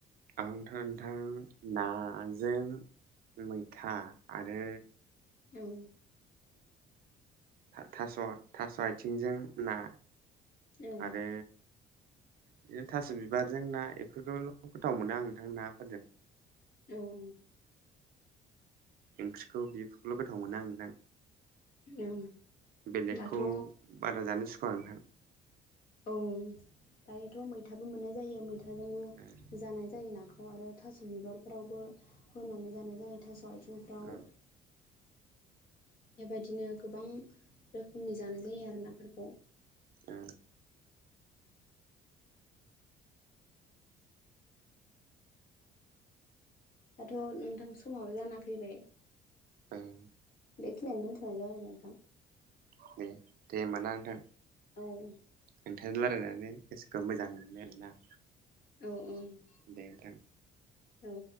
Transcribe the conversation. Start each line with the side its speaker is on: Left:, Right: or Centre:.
Right: आंथ' नोंथां नाजों मैथा आरो
Left: औ।
Right: थास' थास' आयथिंजों ना।
Left: औ
Right: आरो। <unintelligible> थास' बिबारजों ना इफोरखौल' गोथाव मोनो आं नोंथां नाफोरजों।
Left: औ औ
Right: ओंख्रिखौ बेखौल' गोथाव मोनो आं दा।
Left: औ
Right: बेलेगखौ
Left: दाथ'
Right: बारा जानोसुखुवा' ओरोना।
Left: औ दायोथ' मैथाबो मोननाय जायो। मैथाजोंबो
Right: ओं
Left: जानाय जायो नाखौ‌। आरो थास' बिबारफ्रावबो होनानै जानाय जायो थास' आथिंफ्राव।
Right: ओं
Left: बेबायदिनो गोबां रोखोमनि जानाय जायो आरो नाफोरखौ।
Right: ओ
Left: दाथ' नोंथां समाबो जाना फैबाय।
Right: उम
Left: बेखिनियावनो दोनथ'नाय जाबाय नोंथां।
Right: उम दे दे ओमबा ना नोंथां।
Left: औ
Right: नोंथांजों रायलायनानै गोसोखौ मोजां मोनबाय आरोना।
Left: औ औ
Right: दे नोंथां
Left: औ।